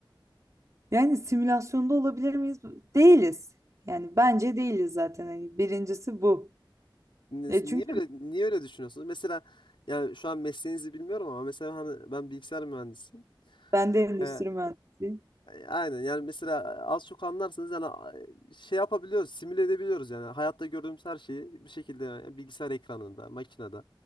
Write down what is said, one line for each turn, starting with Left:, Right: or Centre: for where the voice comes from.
Right: Yani simülasyonda olabilir miyiz? Değiliz. Yani bence değiliz zaten. Hani birincisi bu.
Left: Ne-
Right: E
Left: Niye
Right: çünkü
Left: öyle niye öyle düşünüyorsunuz? Mesela yani şu an mesleğinizi bilmiyorum ama mesela hani ben bilgisayar mühendisiyim.
Right: ben de endüstri
Left: E,
Right: mühendisiyim.
Left: Aynen yani mesela az çok anlarsınız yani a- şey yapabiliyoruz, simüle edebiliyoruz yani hayatta gördüğümüz her şeyi bir şekilde yani bilgisayar ekranında, makinede